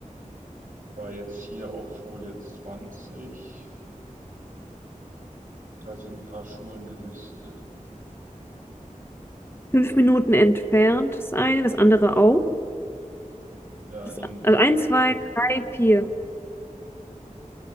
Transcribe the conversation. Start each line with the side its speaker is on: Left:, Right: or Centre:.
Right: wobei jetzt hier auf Folie 20, da sind ein paar Schulen gelistet.
Left: Fünf Minuten entfernt das eine, das andere auch.
Right: Ja,
Left: Das,
Right: in
Left: also eins,
Right: die
Left: zwei, drei, vier.